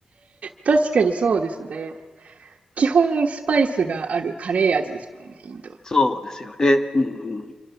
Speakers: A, on the right; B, on the left.
A: 確かにそうですね。基本スパイスがあるカレー味ですもんね、インド。
B: そうですよね。うんうん